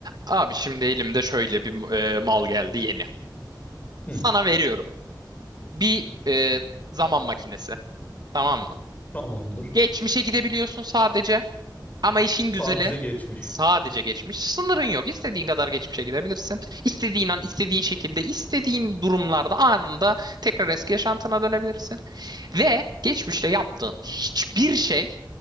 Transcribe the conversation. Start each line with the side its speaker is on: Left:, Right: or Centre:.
Right: Abi şimdi elimde şöyle bir e, mal geldi yeni.
Left: Hı,
Right: Sana veriyorum. Bir e, zaman makinesi. Tamam mı?
Left: tamamdır.
Right: Geçmişe gidebiliyorsun sadece. Ama işin
Left: Sadece
Right: güzeli
Left: geçmiş.
Right: sadece geçmiş. Sınırın yok. İstediğin kadar geçmişe gidebilirsin. İstediğin an, istediğin şekilde, istediğin durumlarda anında tekrar eski yaşantına dönebilirsin. Ve geçmişte yaptığın hiçbir şey